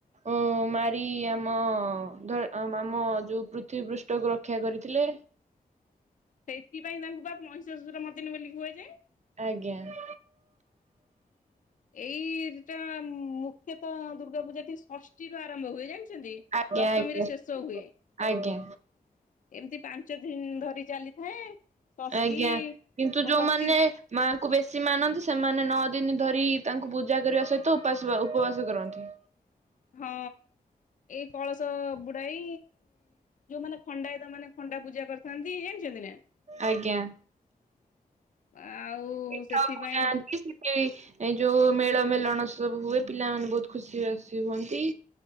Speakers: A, on the right; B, on the left.
A: ଓ ମାରି ଆମ ଧ ଆମ ଯୋଉ ପୃଥିବୀପୃଷ୍ଠକୁ ରକ୍ଷା କରିଥିଲେ।
B: ସେଇଥିପାଇଁ ତାଙ୍କୁ ବା ମହିଷାସୁରମର୍ଦିନୀ ବୋଲି କୁହାଯାଏ।
A: ଆଜ୍ଞା।
B: ଏଇଟା ମୁଖ୍ୟତଃ ଦୁର୍ଗା ପୂଜାଟି ଷଷ୍ଠୀରୁ ଆରମ୍ଭ ହୁଏ ଜାଣିଛନ୍ତି?
A: ଆଜ୍ଞା
B: ଦଶମୀରେ
A: ଆଜ୍ଞା
B: ଶେଷ ହୁଏ।
A: ଆଜ୍ଞା
B: ଏମିତି ପାଞ୍ଚ ଦିନ ଧରି ଚାଲିଥାଏ। ଷଷ୍ଠୀ
A: ଆଜ୍ଞା କିନ୍ତୁ ଯୋଉମାନେ
B: ଷଷ୍ଠୀ
A: ମାଙ୍କୁ ବେଶୀ ମାନନ୍ତି ସେମାନେ ନଅ ଦିନ ଧରି ତାଙ୍କୁ ପୂଜା କରିବା ସହିତ ଉପାସ ବା ଉପବାସ କରନ୍ତି।
B: ହଁ ଏଇ କଳସ ବୁ ବୁଡ଼ାଇ ଯୋଉମାନେ ଖଣ୍ଡାୟତ ମାନେ ଖଣ୍ଡା ପୂଜା କରିଥାନ୍ତି ଜାଣିଛନ୍ତି ନା?
A: ଆଜ୍ଞା।
B: ଆଉ।
A: ପୀଠ
B: ସେଥିପାଇଁ
A: କୁ ଜାଆନ୍ତି। <unintelligible> ଏ ଯଉ ମେଳ ମେଳଣ ସବୁ ହୁଏ ପିଲାମାନେ ବହୁତ ଖୁସି ବାସି ହୁଅନ୍ତି।